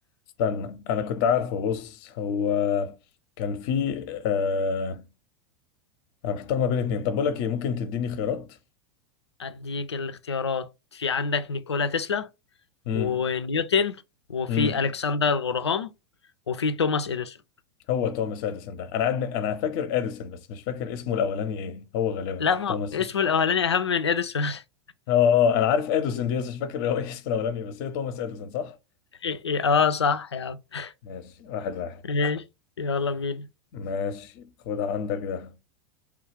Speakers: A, on the left; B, on the left.
A: استنى انا كنت عارفه بص هو كان في أه... انا محتار ما بين اتنين طب بقول لك ايه ممكن تديني خيارات
B: اديك الاختيارات في عندك نيكولا تسلا
A: امم
B: ونيوتن وفي
A: امم
B: الكسندر غراهام وفي توماس اديسون
A: هو توماس اديسون ده انا عاد... انا فاكر اديسون بس مش فاكر اسمه الاولاني ايه هو غالبا
B: لا ما
A: توماس
B: اسمه الاولاني اهم من اديسون <laughs>
A: اه آه، انا عارف اديسون دي بس مش فاكر هو إيه اسمه الاولاني بس هي توماس اديسون صح؟
B: إيه، اه صح يا عم
A: ماشي واحد واحد
B: ماشي يلا بينا
A: ماشي خد عندك ده